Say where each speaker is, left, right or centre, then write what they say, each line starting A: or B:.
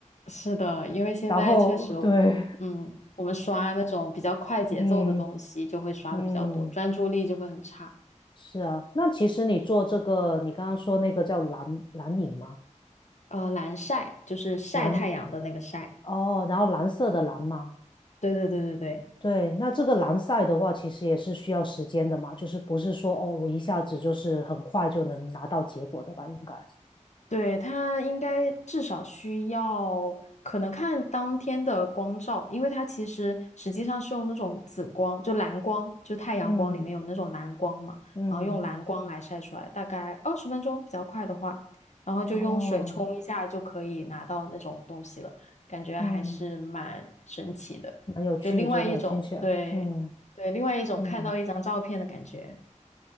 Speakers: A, on the left; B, on the left.
A: 是的，因为现在确实，
B: 然后对，
A: 嗯，我们刷那种比较快节奏的东西就会刷的比较多，
B: <laughs> 嗯嗯，
A: 专注力就会很差。
B: 是啊。那其实你做这个，你刚刚说那个叫蓝蓝影吗？
A: 呃，蓝晒就是晒太阳的那个晒。
B: 蓝哦，然后蓝色的蓝吗？
A: 对对对对对。
B: 对，那这个蓝赛的话，其实也是需要时间的嘛，就是不是说哦，我一下子就是很快就能拿到结果的吧？应该，
A: 对，它应该至少需要，可能看当天的光照，因为它其实实际上是用那种紫光，就蓝光，就太阳光里面有那种蓝光嘛，
B: 嗯嗯，
A: 然后用蓝光来晒出来，大概二十分钟比较快的话，然后就用水冲一下就可以拿到那种东西了，
B: 哦，
A: 感觉还是蛮神奇的，
B: 嗯，蛮有趣，
A: 就另外一种，
B: 真的听起来，
A: 对对，
B: 嗯
A: 另外一种看到一张照片的感觉。
B: 嗯，